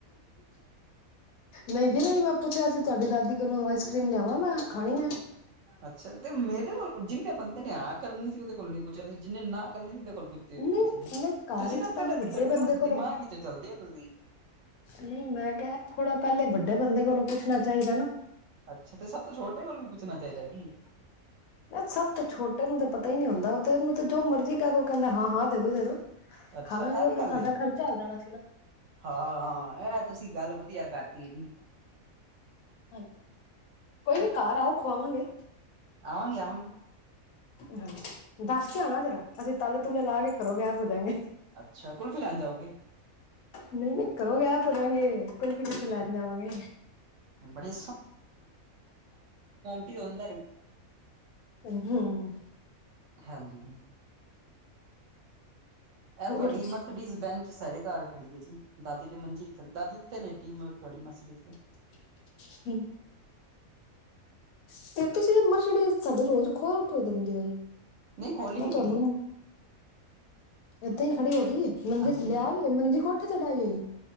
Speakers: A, on the left (about 80°); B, on the right (about 65°).
A: ਨਈਂ ਜੀ ਨਈਂ ਮੈਂ ਪੁੱਛਿਆ ਸੀ ਤਵਾਡੀ ਦਾਦੀ ਕੋਲੋਂ ਆਈਸਕਰ੍ਰੀਮ ਲਿਆਵਾਂ ਮੈਂ, ਖਾਣੀ ਮੈਂ
B: ਅੱਛਾ, ਤੇ ਮੇਰੇ ਕੋਲ ਪੁੱਜੀ ਜਿੰਨੇ ਬੰਦੇ ਨੇ ਹਾਂ ਕਰਨੀ ਸੀ ਔਦੇ ਕੋਲ ਨੀ ਪੁੱਛਿਆ ਤੁਸੀਂ, ਜਿੰਨੇ ਨਾ ਦੇ ਕੋਲ ਪੁੱਜਦੇ ਔਜੀਤੁਸੀਂ,
A: ਨਹੀਂ ਨਹੀਂ ਘਰ
B: ਤੁਸੀਂ
A: ਚ
B: ਨਾ
A: ਪਹਿਲੇ
B: ਤੁਆਡਾ
A: ਵੱਡੇ
B: ਤੁਆਡੇ
A: ਬੰਦੇ
B: ਨਾ
A: ਕੋਲੋਂ
B: ਦਿਮਾਗ ਚ ਚੱਲਦੇ ਔ ਤੁਸੀਂ।
A: ਨਈਂ, ਮੈਂ ਕੇਯਾ ਥੋੜਾ ਪੈਲੇ ਵੱਡੇ ਬੰਦੇ ਕੋਲੋਂ ਪੁੱਛਣਾ ਚਾਈਦਾ ਨਾ।
B: ਅੱਛਾ, ਤੇ ਸਭ ਤੋਂ ਛੋਟੇ ਕੋਲ ਵੀ ਪੁੱਛਣਾ ਚਾਈਦਾ ਜੀ।
A: ਏ ਸਭ ਤਾਂ ਛੋਟੇ ਨੂੰ ਤਾਂ ਪਤਾ ਈ ਨੀ ਹੁੰਦਾ, ਔ ਤੇ ਔਨੂੰ ਤੇ ਜੋ ਮਰਜ਼ੀ ਕੈ ਦੋ ਓ ਕੈਂਦਾ ਹਾਂ-ਹਾਂ, ਦੇਦੋ-ਦੇਦੋ।
B: ਅੱਛਾ
A: ਖਾਲਾਂਗੇ
B: ਇਹ
A: ਓ
B: ਵੀ
A: ਫੇਰ
B: ਗੱਲ
A: ਸਾਡਾ
B: ਏ
A: ਖਰਚਾ ਆਂਦਾ ਪੇਯਾ ਸੀ ਨਾ।
B: ਹਾਂ, ਐ ਤੁਸੀਂ ਗੱਲ ਵਧੀਆ ਕਰਤੀ ਐਜੀ।
A: ਹਾਂ ਕੋਈ ਨੀ ਘਰ ਆਓ, ਖਵਾਵਾਂਗੇ।
B: ਆਵਾਂਗੀ-ਆਵਾਂਗੀ।
A: ਹਾਂ, ਦੱਸ ਕੇ ਆਣਾ ਜਰਾ, ਅਸੀ ਤਾਲੇ-ਤੁਲੇੇ ਲਾ ਕੇ ਘਰੋਂ ਗੈਬ ਹੋ ਜਾਂਗੇ,
B: ਅੱਛਾ ਕੁਲਫੀ ਲੈਣ ਜਾਓਗੇ
A: ਨਈਂ-ਨਈਂ ਘਰੋਂ ਗੈਬ ਹੋਜਾਂਗੇ। ਕੁਲਫੀ ਕਿਥੋਂ
B: ਅੱਛਾ
A: ਲੈਂ ਕੇ ਆਵਾਂਗੇ।
B: ਬੜੇ ਕੀ ਓਂਦਰ
A: ਹੁੰ।
B: ਹਾਂਜੀ। ਇਹ
A: ਹੋਰ
B: ਤੁਹਾਡੀ ਮਰਥਡੀਜ਼ ਬੈਨਚ ਸਾਡੇ ਘਰ ਖੜੀ ਏਜੀ, ਦਾਦੀ ਦੀ ਮੰਜੀ ਦੇ ਥੱਲੇ, ਦਾਦੀ ਤੇ ਲੇਟੀ ਮਤਲਬ ਤੁਆਡੀ ਮਰਸਡੀਜ਼?
A: <inaudible> ਫੇਰ ਤੁਸੀਂ ਏ ਮਰਸਡੀਜ਼ ਸਾਡੀ ਰੋਜ ਖੋਲ ਕੇਉ ਦਿੰਦੇ ਓ,
B: ਨਹੀਂ ਖੋਲੀ
A: ਮੈਂ
B: ਨੀ
A: ਤੁਆਨੂੰ
B: ਹੋਈ ਜੀ
A: ਏਦਾਂ ਈ ਖੜੀ ਏਜੀ, ਮੰਜੀ
B: ਹਾਂਜੀ
A: ਥੱਲੇ ਆ ਗਈ ਏ, ਮੰਜੀ ਕੋਠੇ ਤੇ ਢਾਈ ਹੋਈ?